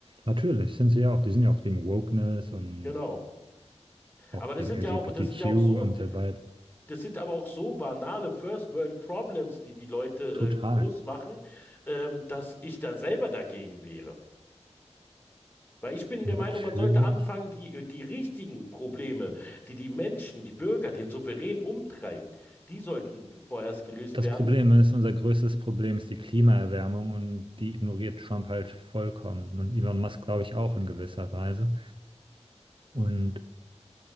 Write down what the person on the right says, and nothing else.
natürlich sind sie ja auch, die sind ja auch gegen Wokeness und
auch
gegen
LGBTQ
und so weiter.
Total.
Natürlich
Das
Problem ist, unser größtes Problem ist die Klimaerwärmung und die ignoriert Trump halt vollkommen. Und Elon Musk, glaube ich, auch in gewisser Weise. Und